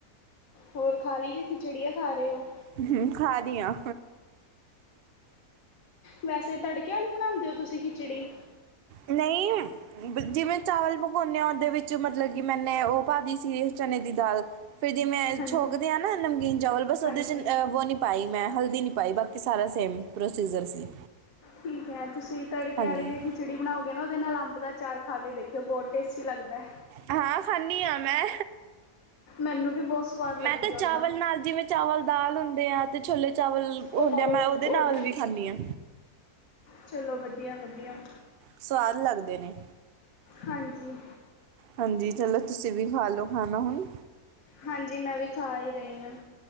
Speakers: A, on the left (about 60°); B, on the right (about 80°).
A: ਹੋਰ ਖਾ ਲੀ ਜੇ ਖਿਚੜੀਆ ਖਾ ਰਏ ਔ?
B: ਹੂੰ, ਖਾ ਰੀ ਆਂ।
A: ਵੈਸੇ ਤੜਕੇ ਆਲੀ ਬਣਾਂਦੇ ਔ ਤੁਸੀ ਖਿਚੜੀ?
B: ਨਈ ਜਿਵੇਂ ਚਾਵਲ ਪਕੋਨੇ ਆਂ ਔਦੇ ਵਿੱਚ ਮਤਲਬ ਕਿ ਮੈਨੇ ਔ ਪਾ ਦੀ ਸੀ ਚਨੇ ਦੀ ਦਾਲ। ਫਿਰ ਜਿਮੈਂ
A: ਹਾਂਜੀ
B: ਛੋਕਦੇ ਆਂ ਨਾ ਨਮਕੀਨ ਚਾਵਲ ਬਸ ਔਦੇ
A: ਹਾਂਜੀ
B: 'ਚ ਅ ਵੋ ਨੀ ਪਾਈ ਮੈਂ, ਹਲਦੀ ਨੀ ਪਾਈ ਬਾਕੀ ਸਾਰਾ ਸੇਮ ਪ੍ਰੋਸੀਜਰ ਸੀ।
A: ਠੀਕ ਐ ਤੁਸੀ ਤੜਕੇ
B: ਹਾਂਜੀ
A: ਆਲੀ ਵੀ ਖਿਚੜੀ ਬਣਾਔਗੇ ਨਾ ਔਦੇ ਨਾਲ ਅੰਬ ਦਾ ਅਚਾਰ ਖਾ ਕੇ ਦੇਖਿਓ ਬੋਤ ਟੇਸਟੀ ਲੱਗਦੈ।
B: ਹਾਂ, ਖਾਂਨੀ ਆਂ ਮੈਂ।
A: ਮੈਨੂੰ ਵੀ ਬਹੁਤ ਸਵਾਦ
B: ਮੈਂ
A: ਲੱਗਦੀ
B: ਤੇ ਚਾਵਲ
A: ਆ ਉੱਦਾਂ
B: ਨਾਲ ਜਿਵੇਂ ਚਾਵਲ ਦਾਲ ਹੁੰਦੇ ਆ ਤੇ ਛੋਲੇ ਚਾਵਲ ਔ
A: ਉਹ
B: ਹੁੰਦੇ ਆ ਮੈਂ ਔਦੇ ਨਾਲ
A: ਹਾਂਜੀ
B: ਵੀ ਖਾਂਨੀ ਆਂ।
A: ਚਲੋ, ਵਧੀਆ-ਵਧੀਆ।
B: ਸਵਾਦ ਲੱਗਦੇ ਨੇ।
A: ਹਾਂਜੀ।
B: ਹਾਂਜੀ, ਚਲੋ ਤੁਸੀ ਵੀ ਖਾ ਲੋ ਖਾਣਾ ਹੁਣ।
A: ਹਾਂਜੀ ਮੈਂ ਵੀ ਖਾ ਈ ਰਈ ਆਂ